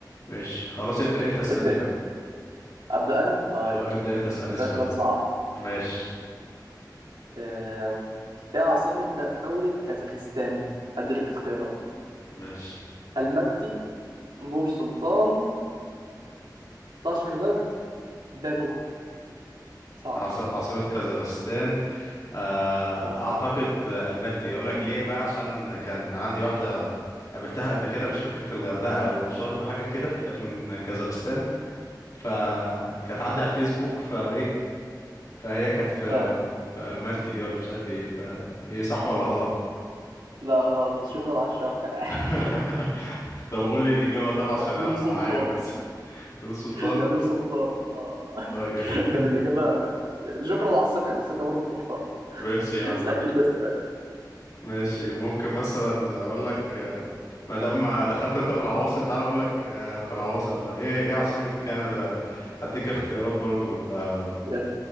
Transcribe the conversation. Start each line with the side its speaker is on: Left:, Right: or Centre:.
Left: ماشي خلاص ابدأ انت اسألني
Right: ابدأ
Left: بقى
Right: أبدأ أنا طيب
Left: اه ابدأ انت اسألني
Right: أسألك
Left: سؤال
Right: سؤال صعب
Left: ماشي
Right: آه، إيه عاصمة دولة كازاخستان؟ هديلك اختيارات
Left: ماشي
Right: المتي نور سلطان طاشكند باكو صعب
Left: عاص- عاصمة كازاخستان آه،
Right: آه
Left: أعتقد ألماتي أقول لك ليه بقى عشان كان عندي واحدة قابلتها قبل كده مش فاكر في الغردقة أو في شرم حاجة كده كانت من كازاخستان فكانت عندي على الفيسبوك فإيه فهي كانت في
Right: آه
Left: في ألمالتي دي ولا مش عارف إيه فإيه صح ولا غلط
Right: لا غلط بس شكرا على الشرح <laughs>
Left: <laughs> طب قول لي الإجابة طبعا عشان أبقى
Right: نور سلطان
Left: عارف بس نور السلطان
Right: يا نور سلطان آه <laughs>
Left: طيب <laughs>
Right: كان الإجابة شكرا على الثقة يعني الثقة برضه تحترم
Left: ماشي يا عم
Right: اسألني أنت سؤال
Left: ماشي ممكن مثلا اقول لك آه، ما دام دخلت انت في العواصم تعالى اقول لك آه، في العواصم بقى ايه ايه عاصمة كندا هديك اختيارات برضو آه،
Right: يلا.